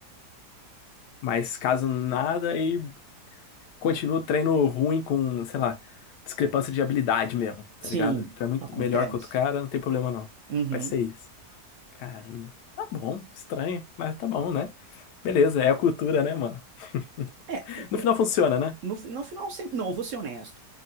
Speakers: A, on the left; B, on the right.
A: Mas caso nada e continua o treino ruim com, sei lá, discrepância de habilidade mesmo, tá
B: Sim,
A: ligado? Tu é muito
B: acontece.
A: melhor que outro cara, não tem problema não.
B: Uhum.
A: Vai ser isso. Caramba. Tá bom, estranho, mas tá bom, né? Beleza, é a cultura, né, mano? <laughs>
B: É, o,
A: No final funciona, né?
B: No, no final, sempre, não, eu vou ser honesto.